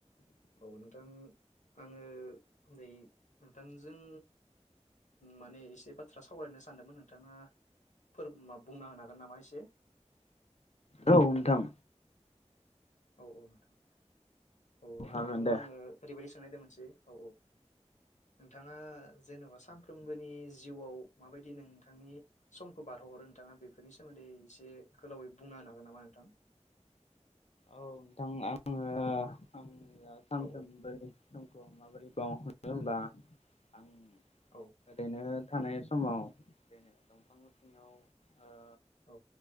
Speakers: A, on the left; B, on the left.
A: औ नोंथां आङो उन्दै नोंथांजों माने एसे बाथ्रा सावरायनो सानदोंमोन नोंथाङा फोर मा बुंना होन हागोन नामा एसे?
B: औ नोंथां।
A: औ औ नोंथां औ नोंथांनाव
B: हागोन दे
A: आङो ओरैबायदि सोंनायदोंमोनसे औ औ। नोंथाङा जेन'बा सानफ्रोमबोनि जिउआव माबायदि नोंथांनि समखौ बारहोहरो नोंथाङा बेफोरनि सोमोन्दै एसे गोलावै बुंना होनो हागोन नामा नोंथां?
B: औ नोंथां आङो आंनिया सानफ्रोमबोनि
A: औ औ
B: समखौ माबोरै <unintelligible> हरो होनबा आं
A: औ
B: ओरैनो थानाय समाव जेनेबा दंफां सिङाव ओ
A: औ।